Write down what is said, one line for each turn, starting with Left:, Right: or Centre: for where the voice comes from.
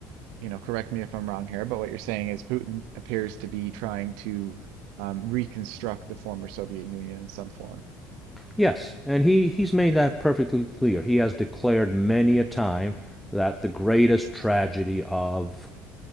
Right: you know, correct me if I'm wrong here, but what you're saying is Putin appears to be trying to um, reconstruct the former Soviet Union in some form.
Centre: Yes, and he, he's made that perfectly clear. He has declared many a time that the greatest tragedy of